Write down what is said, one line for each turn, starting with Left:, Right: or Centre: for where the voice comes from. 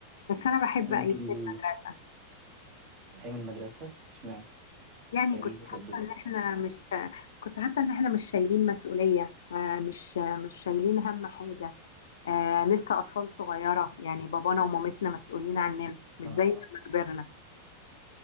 Left: بس انا بحب
Right: وإنتي
Left: ايام المدرسة
Right: أيام المدرسة اشمعنى
Left: يعني
Right: غريب
Left: كنت
Right: الرد
Left: حاسة
Right: ده
Left: ان احنا مش كنت حاسة ان احنا مش شايلين مسؤولية آه، مش مش شايلين هم حاجة آه لسه أطفال صغيرة يعني بابانا ومامتنا مسؤولين عننا مش
Right: آه
Left: زي لما كبرنا